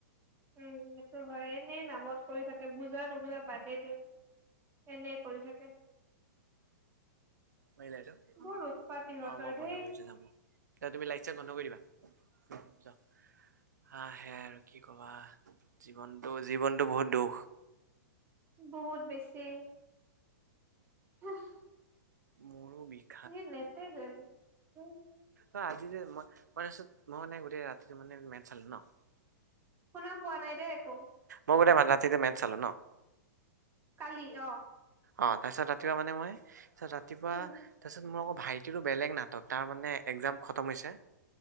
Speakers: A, on the right; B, on the right.
A: উম, সেইটো হয়, এনেই নামত কৰি থাকে, বুজা নুবুজা বাদেই দে। এনে কৰি থাকে।
B: মাৰিলা এইটো? অ'
A: বৰ উৎপাত ইহঁতৰ
B: মই
A: ধেই
B: বন্ধ কৰি থৈ যাম অ'। এতিয়া তুমি লাইট চাইট বন্ধ কৰি দিবা। হা, হে আৰু কি ক'বা, জীৱনটো জীৱনটো বহুত দুখ।
A: বহুত বেছি। <inaudible>
B: মোৰো বিষ।
A: এই নেটৱৰ্ক গ'ল থেই।
B: অ', আজি যে মই, মই তাৰপিছত মই মানে গোটেই ৰাতিটো মানে মেটচ চালোঁ ন'।
A: শুনা পোৱা নাই দেই একো।
B: মই গোটেই মান ৰাতিতে মেথ চালোঁ ন'।
A: কালি অ'।
B: অ', তাৰপিছত ৰাতিপুৱা মানে মই, পিছত ৰাতিপুৱা
A: উম
B: তাৰপিছত মোৰ আকৌ ভাইটিৰো বেলেগ নাটক, তাৰ মানে এক্সাম খতম হৈছে